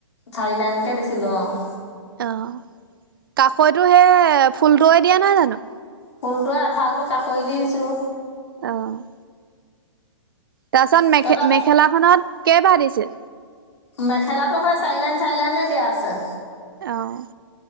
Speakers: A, on the left; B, on the right.
A: চাৰি লাইনকে দিছিলো অঁ।
B: অঁ কাষৈতো সে ফুলটোৱে দিয়া নহয় জানো?
A: ফুলতোৱে এফালটো কাষৰি দি দিছো।
B: অঁ' তাপাছত মেখে
A: তহঁতৰ
B: মেখেলাখনত কেই বাৰ দিছে?
A: মেখেলাটো হেই চাৰি লাইন চাৰি লাইনে দিয়া আছে।
B: অঁ'